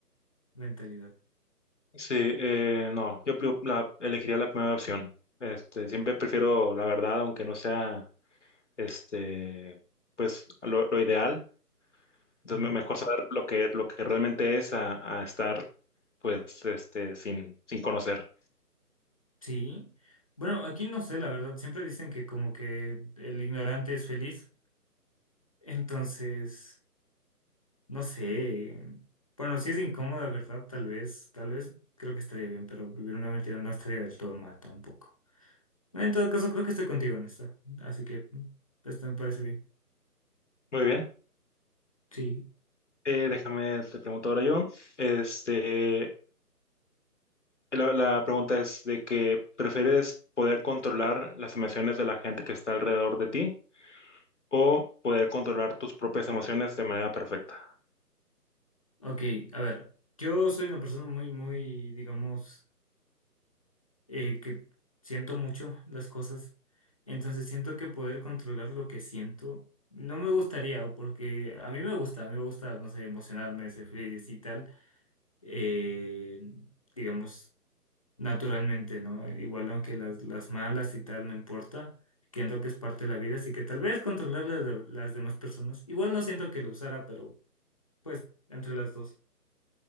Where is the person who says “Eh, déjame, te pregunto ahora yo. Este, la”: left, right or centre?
Left